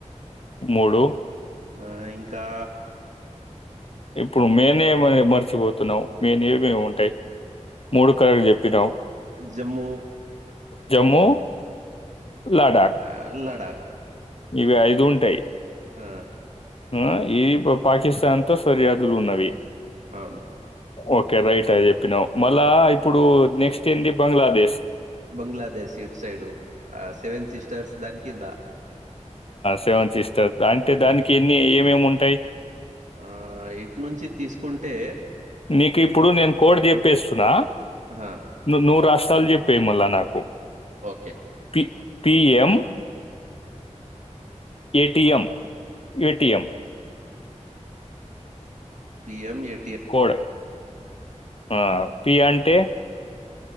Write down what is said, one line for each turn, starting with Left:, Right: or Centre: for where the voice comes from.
Left: మూడు
Right: ఆ ఇంకా
Left: ఇప్పుడు మేమే మా మర్చిపోతున్నాం మేమే ఏమేమి ఉంటాయి మూడు కళలు చెప్పినావ్
Right: జమ్మూ
Left: జమ్మూ లడాక్
Right: ఆ లడాక్
Left: ఇవి ఐదు ఉంటాయి
Right: ఆ
Left: మ్మ్ ప పాకిస్తాన్ తో సరి హద్దులు ఉన్నవి
Right: అవును
Left: ఓకే ఓకే రైట్ అది చెప్పినావ్ మళ్ళా ఇప్పుడు నెక్స్ట్ ఏంది బంగ్లాదేశ్
Right: బంగ్లాదేశ్ ఇట్ సైడు ఆ సెవెన్ సిస్టర్స్ దాని కింద
Left: సేవన్ సిస్టర్స్ అంటే దానికి ఎన్ని ఏమేమి ఉంటాయి
Right: ఆ, ఇటు నుంచి తీసుకుంటే
Left: నీకు ఇప్పుడు నేను కోడ్ చెప్ ప్పెస్తున్నా
Right: ఆహా,
Left: ను నువ్వు రాష్ట్రాలు జేప్పేయ్ మళ్ళా నాకు
Right: okay
Left: P PM ATM ATM
Right: PM ఎ
Left: కోడ్ ఆ పి అంటే